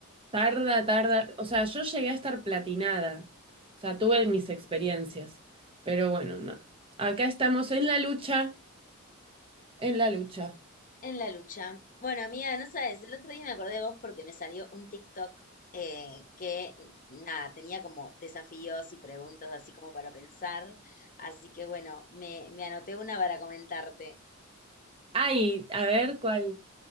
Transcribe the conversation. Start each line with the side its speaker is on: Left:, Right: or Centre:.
Right: Tarda, tarda. O sea, yo llegué a estar platinada. O sea, tuve mis experiencias. Pero bueno, no. Acá estamos en la lucha. En la lucha.
Left: En la lucha. Bueno, amiga, no sabes, el otro día me acordé de vos porque me salió un TikTok eh, que, nada, tenía como desafíos y preguntas así como para pensar. Así que bueno, me, me anoté una para comentarte.
Right: Ay, a ver cuál.